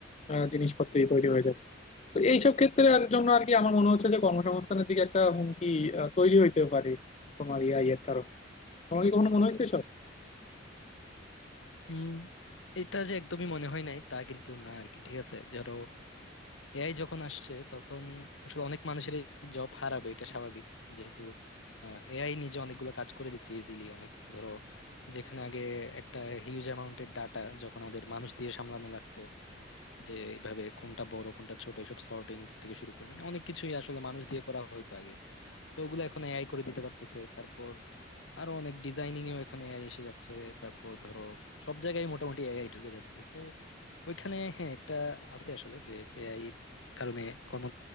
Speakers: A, on the left (about 35°); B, on the left (about 80°).
A: আহ, জিনিসপত্রই তৈরি হয়ে যাবে তো এইসব ক্ষেত্রে আর জন্য আর কি আমার মনে হচ্ছে যে কর্মসংস্থানের দিকে একটা হুমকি আহ, তৈরি হইতে পারে তোমার এআই এর কারণে তোমার কি কখনো মনে হয়েছে সব
B: উম এটা যে একদমই মনে হয় নাই তা কিন্তু না আর কি ঠিক আছে ধরো এআই যখন আসছে তখন আসলে অনেক মানুষের জব হারাবে এটা স্বাভাবিক যেহেতু এআই নিজে অনেকগুলো কাজ করে দিচ্ছে ইজিলি অনেক ধরো যেখানে আগে একটা হিউজ অ্যামাউন্টের ডাটা যখন আমাদের মানুষ দিয়ে সামলানো লাগতো যে এইভাবে কোনটা বড় কোনটা ছোট এসব সর্টিং থেকে শুরু করে মানে অনেক কিছুই আসলে মানুষ দিয়ে করা হয়তো আগে তো ওগুলো এখন এআই করে দিতে পারতেছে তারপর আরো অনেক ডিজাইনিং এও এখন এআই এসে যাচ্ছে তারপর ধরো সব জায়গায় মোটামুটি এআই ঢুকে যাচ্ছে তো ওইখানে হ্যাঁ একটা আছে আসলে যে এআই কারণে কর্ম